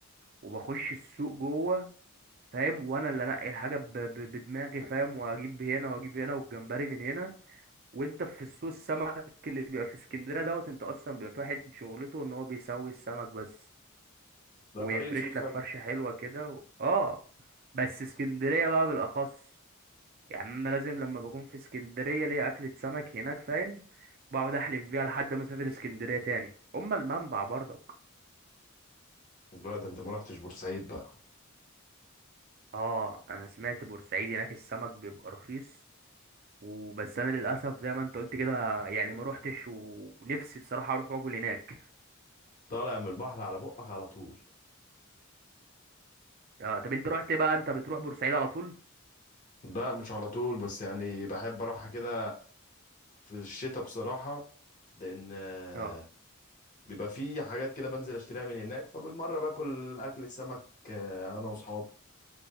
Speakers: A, on the right (about 45°); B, on the left (about 35°).
A: وبخش السوق جوه فاهم وانا اللي انقي الحاجة ب- ب- بدماغي فاهم واجيب هنا واجيب هنا والجمبري من هنا وانت في السوق السمك اللي بيبقى في اسكندرية دوت انت اصلا بيبقى في واحد شغلته ان هو بيسوي السمك بس
B: ده
A: ويفرش
B: في اي سوق سمك
A: لك فرشة حلوة كده و... اه بس اسكندرية بقى بالأخص يعني أنا لازم لما بكون في اسكندرية ليا أكلة سمك هناك فاهم بقعد أحلف بيها لحد ما أسافر اسكندرية تاني أما المنبع برضك
B: لا ده انت ما رحتش بورسعيد بقى
A: آه أنا سمعت بورسعيد هناك السمك بيبقى رخيص وبس أنا للأسف زي ما أنت قلت كده يعني ما روحتش و- ونفسي بصراحة أروح وأكل هناك
B: طالع من البحر على بقك على طول
A: آه طب أنت روحت بقى أنت بتروح بورسعيد على طول
B: لا مش على طول بس يعني بحب اروح كده في الشتاء بصراحة لأن آه،
A: آه
B: بيبقى في حاجات كده بنزل أشتريها من هناك فبالمرة باكل أكل السمك آه، أنا وأصحابي